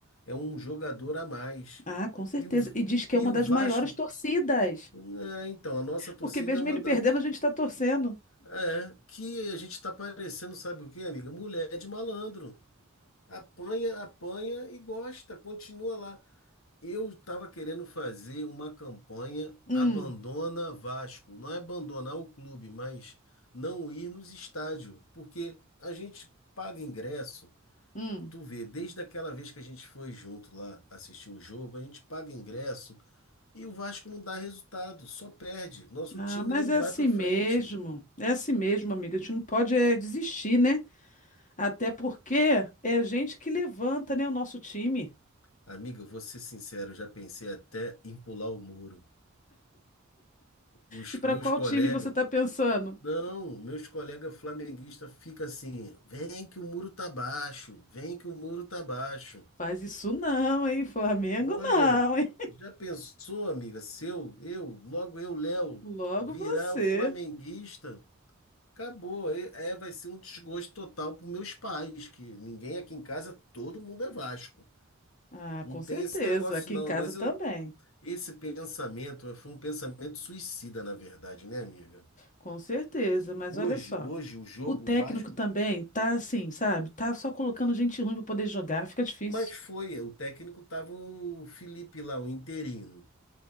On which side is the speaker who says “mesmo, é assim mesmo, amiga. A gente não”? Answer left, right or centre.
Left